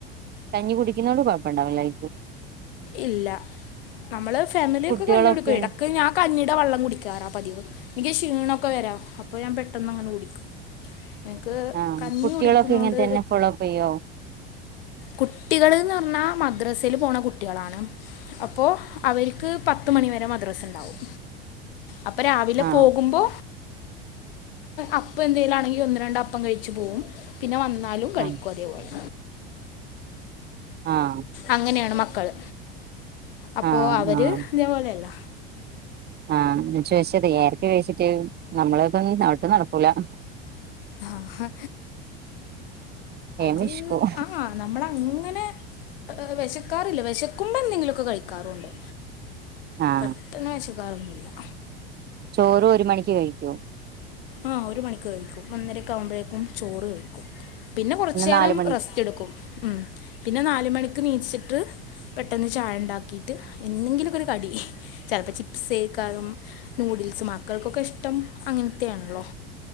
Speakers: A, on the right; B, on the left.
A: കഞ്ഞി കുടിക്ക്ന്നോണ്ട് കൊഴപ്പണ്ടാവുലലെ.
B: ഇല്ല നമ്മള് ഫാമിലിയൊക്കെ
A: കുട്ടികളൊക്കെ
B: കഞ്ഞി കുടിക്കൊ എടക്ക് ഞാ കഞ്ഞിടെ വെള്ളം കുടിക്കറാ പതിവ് എനിക്ക് ക്ഷീണൊക്കെ വെരാം. അപ്പോ ഞാൻ പെട്ടെന്ന് അങ്ങനെ കുടിക്കും. എനിക്ക്
A: ആഹ്
B: കഞ്ഞി
A: കുട്ട്യേളൊക്കെ
B: കുടിക്കുന്നതുകൊണ്ട്
A: ഇങ്ങനെ തന്നെ ഫോളോപ്പ് ചെയ്യോ
B: കുട്ടികള്ന്ന് പറ്ന്നാ മദ്രസേല് പോണ കു കുട്ട്യേളാണ്. അപ്പോ അവര്ക്ക് പത്ത് മണി വരെ മദ്രസ് ഇണ്ടാവും അപ്പ രാവിലെ
A: ആഹ്
B: പോകുമ്പോ അപ്പം എന്തെലും ആണെങ്കി ഒന്ന്, രണ്ട് അപ്പം കഴിച്ച് പോവും പിന്നെ വന്നാലും കയിക്കും
A: ആഹ്
B: അതേ പോലെ
A: ആഹ്
B: അങ്ങനേണ് മക്കള് അപ്പൊ
A: ആഹ്
B: അവര്
A: ആഹ്
B: ഇതേപോലെ അല്ല.
A: ആഹ് ഞാ ചോദിച്ചത് ഏഴരക്ക് കഴിച്ചിട്ട് നമ്മളതൊന്നും <unintelligible> നടക്കൂല്ലാ
B: ആഹ്
A: വേം
B: അത്
A: വെശ്ക്കും
B: ആഹ് നമ്മള് അങ്ങനെ വെശക്കാറില്ല. വെശക്ക്മ്പോ എന്തെങ്കിലൊക്കെ കയിക്കാറു ഉണ്ട്
A: ആഹ്
B: പ ഇപ്പന്നെ വെശക്കാറൊന്നു ഇല്ലാ
A: ചോറും ഒര് മണിക്ക് കയിക്കോ
B: ആഹാ ഒര് മണിക്ക് കയിക്കും ഒന്നരെക്കെ ആമ്പേഴേക്കും ചോറ് കയിക്കും പിന്നെ കൊറച്ച് നേരം
A: നാല് മണി
B: റെസ്റ്റ് എടുക്കും ഉം പിന്നെ നാല് മണിക്ക് നീച്ച്ട്ട് പെട്ടെന്ന് ചായ ഇണ്ടാക്കിയിട്ട് എന്തെങ്കിലും ഒക്കൊ ഒര് കടി ചെലപ്പോ ചിപ്സ് <unintelligible> ന്യൂഡിൽസ് മക്കൾക്കൊക്കെ ഇഷ്ടം അങ്ങനത്തെ ആണല്ലോ